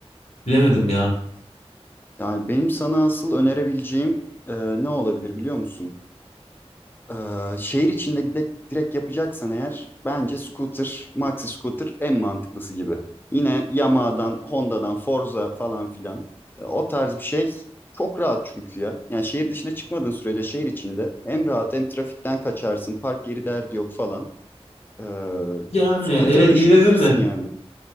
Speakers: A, on the left (about 75°); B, on the left (about 20°).
A: Bilemedim ya.
B: Yani benim sana asıl önerebileceğim e, ne olabilir biliyor musun? E, şehir içinde gidip direkt yapacaksan eğer bence scooter, maxi scooter en mantıklısı gibi. Yine Yamaha'dan, Honda'dan, Forza falan filan. E, o tarz bir şey çok rahat çünkü ya. Yani şehir dışına çıkmadığın sürece şehir içinde hem rahat hem trafikten kaçarsın. Park yeri derdi yok falan. E,
A: Yani
B: scooter
A: evet
B: düşünebilirsin
A: iyi dedin de
B: yani.